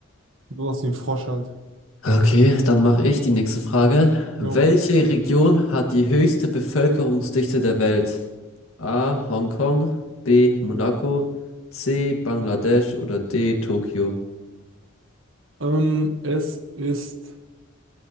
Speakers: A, on the right (about 70°); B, on the left (about 90°).
A: Sowas wie ein Frosch halt.
B: Okay, dann mache ich die nächste Frage.
A: Jo.
B: Welche Region hat die höchste Bevölkerungsdichte der Welt? A. Hongkong, B. Monaco, C. Bangladesch oder D. Tokio?
A: Ähm, es ist